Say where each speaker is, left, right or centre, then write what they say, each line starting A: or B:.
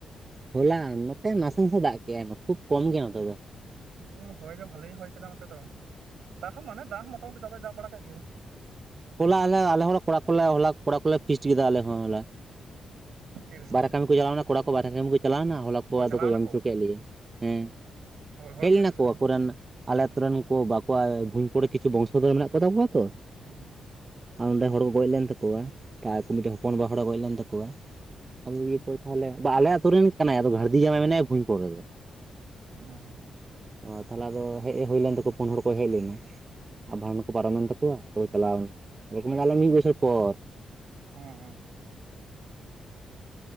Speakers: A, on the right; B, on the right.
A: ᱦᱚᱞᱟ ᱱᱚᱛᱮ ᱱᱟᱥᱮ ᱱᱟᱥᱮ ᱫᱟᱜ ᱠᱮᱫᱮᱜᱼᱟ ᱠᱷᱩᱵ ᱠᱚᱢ ᱜᱮᱭᱟ ᱱᱚᱛᱮ ᱫᱚ
B: ᱦᱩᱸ ᱦᱚᱭ ᱫᱚ ᱵᱷᱟᱞᱮ ᱦᱚᱭ ᱠᱮᱫᱟ ᱱᱚᱛᱮ ᱫᱚ ᱫᱟᱜ ᱦᱚᱸ ᱢᱟᱱᱮ ᱫᱟᱜ ᱦᱚᱸ ᱢᱚᱴᱟᱢᱩᱴᱤ ᱫᱟᱜ ᱮᱭ ᱫᱟ ᱵᱟᱲᱟ ᱠᱮᱫ ᱜᱮᱭᱟᱹ
A: ᱦᱚᱞᱟᱹ ᱟᱞᱮ ᱟᱞᱮᱦᱚᱸ ᱠᱚᱲᱟ ᱠᱚᱞᱮ ᱦᱚ ᱠᱚᱲᱟ ᱠᱚᱞᱮ ᱯᱷᱤᱥᱴ ᱠᱮᱫᱟ ᱟᱞᱮ ᱦᱚᱸ ᱦᱚᱞᱟ
B: ᱪᱮᱫ ᱨᱟᱹᱥᱠᱟᱹ
A: ᱵᱟᱨᱮ
B: ᱨᱮ
A: ᱠᱟᱹᱢᱤ ᱠᱚ ᱪᱟᱞᱟᱣᱮᱱᱟ ᱠᱚᱲᱟ ᱠᱚ ᱵᱟᱦᱟ ᱠᱟᱹᱢᱤ ᱠᱚ ᱪᱟᱞᱟᱣᱮᱱᱟ ᱦᱚᱞᱟ ᱠᱚ
B: ᱚ ᱪᱟᱞᱟᱣ
A: ᱟᱫᱚ ᱠᱚ ᱡᱚᱢ
B: ᱱᱟᱠᱚ
A: ᱦᱚᱪᱚ ᱠᱮᱫ ᱞᱮᱭᱟ ᱦᱮᱸ
B: ᱦᱳᱭ ᱦᱚᱲ
A: ᱦᱮᱡ
B: ᱜᱤᱫᱽᱨᱟᱹ
A: ᱞᱮᱱᱟ
B: ᱥᱮ
A: ᱠᱚ
B: ᱫᱤᱠᱩ
A: ᱟᱠᱚᱨᱮᱱ ᱟᱞᱮ ᱟᱛᱩ ᱨᱮᱱ ᱠᱚ ᱵᱟᱠᱩ ᱵᱷᱩᱧ ᱯᱩᱨ ᱨᱮ ᱠᱤᱪᱷᱩ ᱵᱚᱝᱥᱚᱫᱚᱨ ᱢᱮᱱᱟᱜ ᱠᱚᱛᱟ ᱠᱚᱣᱟ ᱛᱚ
B: ᱦᱮᱸ
A: ᱟᱨ ᱚᱸᱰᱮ ᱦᱚᱲ ᱠᱚ ᱜᱚᱡ ᱞᱮᱱ ᱛᱟᱠᱚᱣᱟ ᱛᱟ ᱟᱠᱚ ᱢᱤᱫᱴᱮᱱ ᱦᱚᱯᱚᱱ ᱵᱟ ᱦᱚᱲ ᱮ ᱜᱚᱡ ᱞᱮᱱ ᱛᱟᱠᱚᱣᱟ ᱟᱫᱚ ᱤᱭᱟᱹ ᱯᱚᱨᱮ ᱛᱟᱦᱚᱞᱮ ᱵᱟᱹ ᱟᱞᱮ ᱟᱞ ᱟᱹᱛᱩ ᱨᱮᱱ ᱠᱟᱱᱟᱭ ᱟᱫᱚ ᱜᱷᱟᱲᱫᱤ ᱡᱟᱶᱟᱭ ᱢᱮᱱᱟᱭᱟ ᱵᱷᱳᱧᱯᱩᱨ ᱨᱮᱜᱮ
B: ᱚ
A: ᱚ ᱛᱟᱦᱚᱞᱮ ᱫᱚ ᱦᱮᱡᱽ ᱦᱩᱭ ᱞᱮᱱ ᱛᱟᱠᱚ ᱯᱩᱱ ᱦᱚᱲ ᱠᱚ ᱦᱮᱡᱽ ᱞᱮᱱᱟ ᱟᱵᱷᱟ ᱠᱚ ᱯᱟᱨᱚᱢᱮᱱ ᱛᱟᱠᱚᱣᱟ ᱟᱫᱚ ᱠᱚ ᱪᱟᱞᱟᱣ ᱮᱱᱟ ᱟᱫᱚ ᱠᱚ ᱢᱮ ᱢᱤᱫ ᱵᱚᱪᱷᱚᱨ ᱯᱚᱨ
B: ᱚᱸᱼ ᱚᱸ